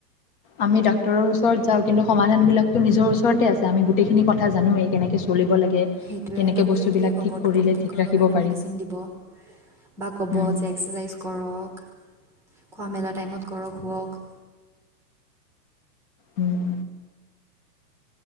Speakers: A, on the left; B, in the centre.
A: আমি ডাক্তৰৰ ওচৰত যাওঁ কিন্তু সমাধানবিলাকতো নিজৰ ওচৰতে আছে আমি গোটেইখিনি কথা জানোৱেই কেনেকে চলিব লাগে।
B: সেইটোৱে
A: কেনেকৈ
B: ডক্টৰে
A: বস্তুবিলাক
B: কিয়ে ক'ব
A: ঠিক কৰিলে
B: টোপনি ঠিক কৰিবৰ
A: ৰাখিব
B: কাৰণে
A: পাৰি
B: মেডিচিন দিব বা ক'ব
A: উম,
B: যে এক্সাৰচাইজ কৰক, খোৱা মেলা টাইমত কৰক শুৱক।
A: উম।